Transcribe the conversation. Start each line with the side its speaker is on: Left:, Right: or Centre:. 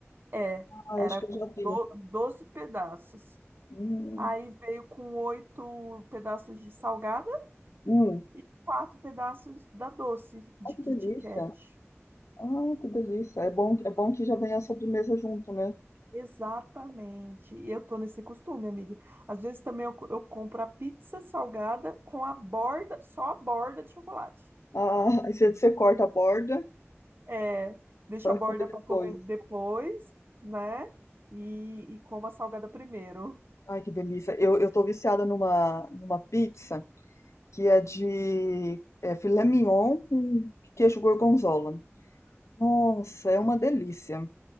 Right: É,
Left: Ah,
Right: era
Left: eu acho que
Right: com
Left: eu já vi.
Right: do, 12 pedaços.
Left: Hum,
Right: Aí veio com oito pedaços de salgada
Left: hum.
Right: e quatro pedaços da doce, de
Left: Ah, que
Right: Kit
Left: delícia.
Right: Kat.
Left: Ah, que delícia. É bom, é bom que já vem a sobremesa junto, né?
Right: Exatamente. E eu tô nesse costume, amiga. Às vezes também eu, co- eu compro a pizza salgada com a borda, só a borda de chocolate.
Left: Ah, <laughs> aí você, você corta a borda
Right: É, deixa
Left: para
Right: a borda
Left: comer
Right: para
Left: depois.
Right: comer depois, né? E, e como a salgada primeiro.
Left: Ai, que delícia. Eu, eu tô viciada numa, numa pizza. que é de é, filé mignon com queijo gorgonzola. Nossa, é uma delícia.